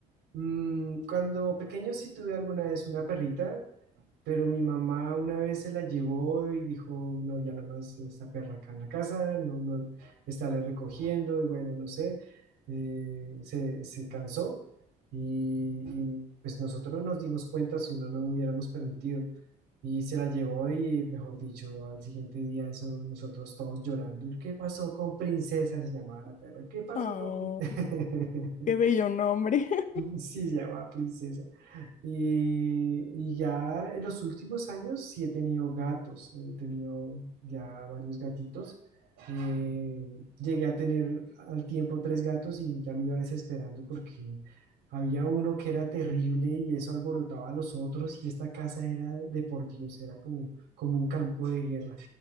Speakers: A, on the right (about 75°); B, on the left (about 50°).
A: mm, cuando pequeño sí tuve alguna vez una perrita, Pero mi mamá una vez se la llevó y dijo, no, ya nada más esta perra acá en la casa, no, no, está le recogiendo y bueno, no sé, eh, se, se cansó y, y, pues nosotros no nos dimos cuenta si no, no lo hubiéramos permitido y se la llevó y mejor dicho, al siguiente día eso nosotros todos llorando, ¿qué pasó con princesa? Se llamaba la perra, ¿qué pasó
B: Oh,
A: con princesa? <laughs>
B: qué bello nombre. <laughs>
A: Sí, se llamaba princesa. Y, y ya en los últimos años sí he tenido gatos, he tenido ya varios gatitos. Eh, llegué a tener al tiempo tres gatos y ya me iba desesperando porque había uno que era terrible y eso alborotaba a los otros y esta casa era de por Dios, era como, como un campo de guerra.